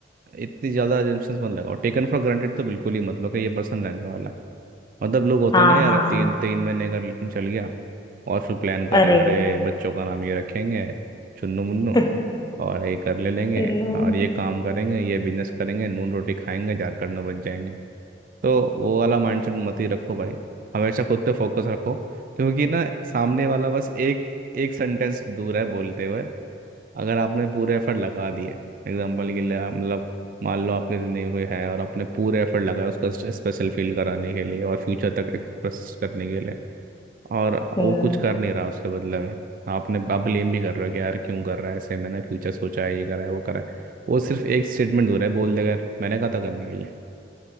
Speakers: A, on the right; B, on the left.
A: इतनी ज़्यादा assumptions मत लगाओ टेकन फॉर ग्रांटेड तो बिल्कुल ही मत लो कि ये पर्सन रहने वाला है मतलब लोग होते
B: हाँ
A: हैं ना यार
B: हाँ हाँ
A: तीन तीन महीने का रिलेशन चल गया और फिर प्लान कर
B: अरे
A: रहे हैं, अरे बच्चों का नाम ये रखेंगे चुन्नू मुन्नू
B: <laughs>
A: और ये कर ले लेंगे
B: हम्म
A: और ये काम करेंगे ये बिजनेस करेंगे नून रोटी खाएंगे झारखंड में बच जाएंगे तो वो वाला माइंडसेट मत ही रखो भाई हमेशा खुद पे फोकस रखो क्योंकि ना सामने वाला बस एक एक सेंटेंस दूर है बोलते हुए अगर आपने पूरे एफर्ट लगा दिए एग्जाम्पल के लिए मतलब मान लो आपके ज़िंदगी में कोई है और आपने पूरे एफर्ट लगाए उसका स्पेशल फील कराने के लिए और फ्यूचर तक एक्सप्रेस करने के लिए और
B: हम्म
A: वो कुछ कर नहीं रहा उसके बदले में आपने आप ब्लेम भी कर रहे हो कि यार क्यों कर रहा है ऐसे मैंने फ्यूचर सोचा है ये करा है वो करा है वो सिर्फ एक स्टेटमेंट हो रहा है बोल देगा यार मैंने कहा था करने के लिए